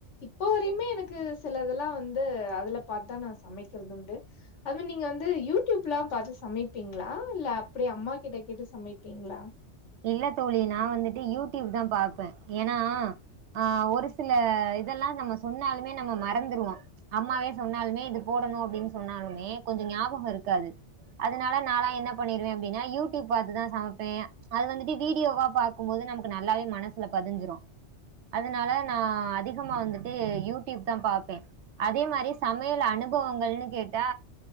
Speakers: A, on the left; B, on the right.
A: இப்போ வரையுமே எனக்கு சிலதெல்லா வந்து அதுல பாத்துதா நா சமைக்கிறதுண்டு அதுவ் நீங்க வந்து யூடியூப்லா பாத்து சமைப்பிங்ளா இல்ல அப்டி அம்மா கிட்ட கேட்டு சமைப்பிங்ளா
B: இல்ல தோழி நா வந்துட்டு யூடியூப் தா பாப்பே ஏனா ஆஹ் ஒரு சில இதெல்லா நம்ம சொன்னாலுமே நம்ம மறந்துருவோ அம்மாவே சொன்னால்மே இது போடணு அப்டின் சொன்னாலுமே கொஞ்சொ ஞாபகொ இருக்காது அதனால நாலா என்ன பண்ணிருவே அப்டின்னா யூடியூப் பாத்துதா சமைப்பே அது வந்துட்டு வீடியோவா பாக்கும்போது நமக்கு நல்லாவே மனசுல பதிஞ்சிரு அதனால நா அதிகமா வந்துட்டு யூடியூப் தா பாப்பே அதே மாரி சமையல் அனுபவங்கள்னு கேட்டா